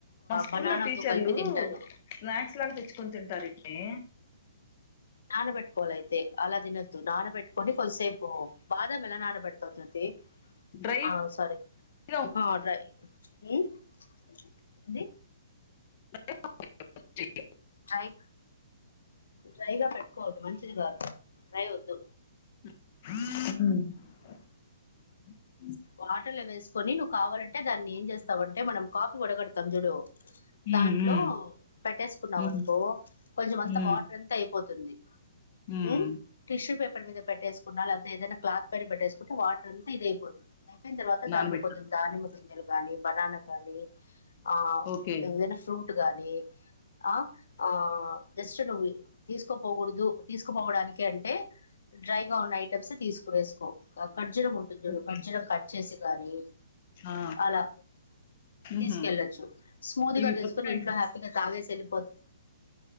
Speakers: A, on the left; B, on the left.
A: స్కూలో
B: బనానాతో
A: టీచర్లు
B: కలిపి తింటారు
A: స్నాక్స్ లాగా తెచ్చుకుని తింటారు ఈట్ని.
B: నానబెట్టి పోల అయితే అలా తినొచ్చు. నానబెట్టుకొని కొద్దిసేపు బాదం ఎలా నానబెడుతావు.
A: డ్రై
B: ఆ సరే
A: గా
B: ఆ అట్లాగే ఊ ఏంది
A: <unintelligible>
B: డ్రై డ్రైగా పెట్టుకోవద్దు మంచిది కాదు డ్రై వద్దు
A: <inaudible>
B: వాటర్లో వేసుకొని, నువ్వు కావాలంటే దాన్ని ఏం చేస్తావంటే మనం కాఫీ వడగడతాం చూడు దాంట్లో
A: మ్మ్
B: పెట్టేసుకున్నావు
A: మ్మ్
B: అనుకో కొంచెం అంతా
A: మ్మ్
B: వాటర్ అంత అయి పోతుంది
A: మ్మ్
B: ఊ టిష్యూ పేపర్ మీద పెట్టేసుకున్నా లేకపోతే ఏదైనా క్లాత్ పైన పెట్టేసుకుంటే వాటర్ అంత ఇది అయిపోతుంది. అయిపోయిన తర్వాత
A: నానబెట్టాం
B: దానిలో కొంచెం దానిమ్మ గింజలు గాని, బనానా గాని ఆ
A: ఓకే
B: ఏదైనా ఫ్రూట్ గాని అ ఆ జస్ట్ నువ్వు తీసుకోపోకూడదు తీసుకుపోవడానికి అంటే డ్రైగా ఉన్న ఐటమ్స్ తీసుకువె సుకో ఖర్జూరం ఉంటుంది చూడు
A: ఓకే
B: ఖర్జూరం కట్ చేసి గాని
A: ఆ
B: అలా తీసుకెళ్ళొచ్చు.
A: మ్హూ
B: స్మూది
A: ఇవి
B: గా తీసుకుని
A: పుచ్చకాయ
B: ఇంట్లో హ్యాపీగా తాగేసి వెళ్ళిపోతుంది.